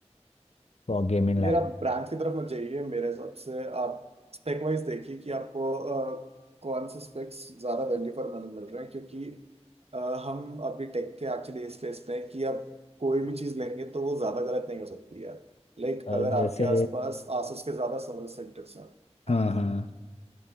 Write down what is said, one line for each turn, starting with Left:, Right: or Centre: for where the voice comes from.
Left: फॉर गेमिंग लैप
Right: यार आप ब्रांड की तरफ मत जाइए मेरे हिसाब से आप स्पेक वाइज देखिए कि आपको अ, कौन से स्पेक्स ज्यादा वैल्यू फॉर मनी मिल रहे हैं क्योंकि अ, हम अभी टेक के एक्चुअली इस फेस पे हैं कि आप कोई भी चीज लेंगे तो वो ज्यादा गलत नहीं हो सकती है लाइक
Left: पर
Right: अगर आपके
Left: जैसे
Right: आसपास आसुस के ज्यादा सर्विस सेंटर्स हैं
Left: हाँ
Right: हाँ
Left: हाँ